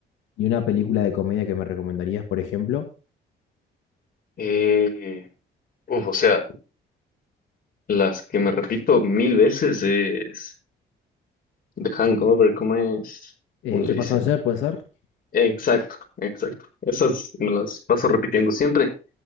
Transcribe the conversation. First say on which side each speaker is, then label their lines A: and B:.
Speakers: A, on the left; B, on the left.
A: Y una película de comedia que me recomendarías, por ejemplo,
B: Eh, uf, o sea, las que me repito mil veces es The Hangover, ¿cómo es?
A: eh,
B: ¿Cómo le
A: ¿Qué
B: dicen?
A: pasó ayer? ¿Puede ser?
B: Exacto, exacto. Esas me las paso repitiendo siempre.